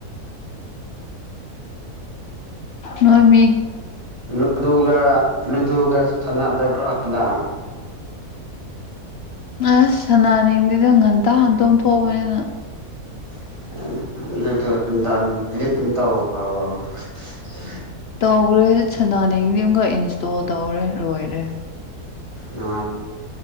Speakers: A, on the left (about 65°); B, on the right (about 20°).
A: ꯅꯣꯏꯃꯤ
B: ꯂꯨꯗꯨꯒ ꯂꯨꯗꯨꯒ ꯁꯅꯥ ꯇꯦꯕ꯭ꯔꯥꯗ
A: ꯑꯁ ꯁꯅꯥꯅꯤꯡꯗꯨꯗ ꯉꯟꯇꯥ ꯉꯟꯇꯣꯝ ꯊꯣꯛꯕꯅꯤꯅ
B: ꯇꯧꯕꯣ
A: ꯇꯧꯈ꯭ꯔꯦ ꯁꯅꯥꯅꯤꯡꯗꯤ ꯑꯃꯈꯛ ꯏꯟꯁꯇꯣꯜ ꯇꯧꯔꯦ ꯂꯣꯏꯔꯦ
B: ꯅ